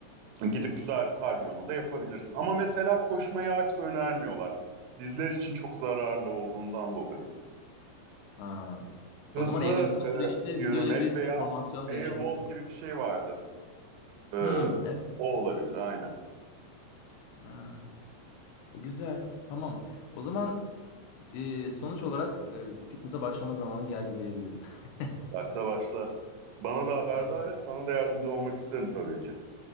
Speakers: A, on the right; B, on the left.
A: gidip güzel bir kardiyonu da yapabilirsin. Ama mesela koşmayı artık önermiyorlar. Dizler için çok zararlı olduğundan dolayı.
B: Ha.
A: Hızlı
B: O zaman evrimsel
A: e,
B: süreçte
A: yürümek
B: biz öyle bir
A: veya
B: deformasyon
A: airwalk
B: da yaşamışız.
A: gibi bir şey vardı. E,
B: Hmm, evet.
A: o olabilir aynen.
B: Ha. E, güzel. Tamam. O zaman e, sonuç olarak e, fitness'a başlama zamanım geldi diyebilirim. <laughs>
A: Başla başla. Bana da haberdar
B: Tamam.
A: et. Sana da yardımcı olmak isterim tabii ki.